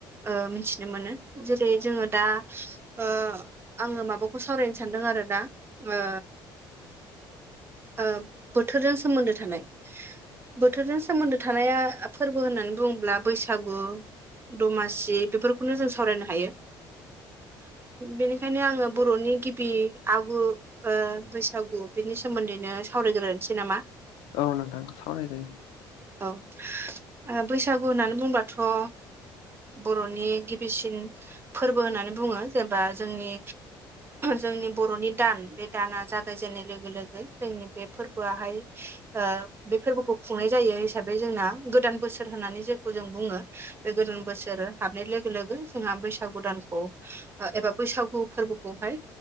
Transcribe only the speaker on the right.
ओ मिथिनो मोनो। जेरै जोङो दा ओ आङो माबाखौ सावरायनो सान्दों आरो दा ओ ओ बोथोरजों सोमोन्दो थानाय बोथोरजों सोमोन्दो थानाया फोरबो होननानै बुङोब्ला बैसागु, दमासि बेफोरखौनो जों सावरायनो हायो। बेनिखायनो आङो बर'नि गिबि आगु ओ बैसागु बेनि सोमोन्दैनो सावरायग्रोनसै नामा?
औ, ओ बैसा गु होन्नानै बुंबाथ' ओ बर'नि गिबिसिन फोरबो होननानै बुङो जेनेबा जोंनि जोंनि बर'नि दान बे दाना जा जेन्नाय लोगो लोगो जोंनि बे फोरबोआ हाय ओ बे फोरबोखौ खुंनाय जायो हिसाबै जोंना गोदान बोसोर होन्नानै जे खै जों बुङो, बे गोदान बोसोर हाबनाय लोगो लोगो जोंहा बैसागु दानखौ ओ एबा बैसागु फोरबोखौहाय